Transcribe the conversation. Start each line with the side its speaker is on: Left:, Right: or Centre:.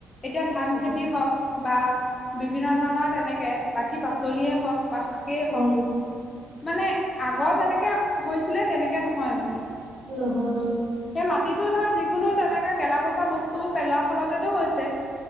Left: এতিয়া ধান
Right: উম
Left: খেতি হওঁক। বা বিভিন্ন ধৰণৰ তেনেকৈ বাকী পাচলিয়েই হওক। বা শাকেই হওক
Right: উম
Left: মানে আগৰ যেনেকে হৈছিলে তেনেকে নহয় মানে।
Right: নহয়।
Left: সেই মাটিতো ধৰা যিকোনো তেনেকা গেলা পচা বস্তুবোৰ পেলোৱাৰ ফলতেটো হৈছে।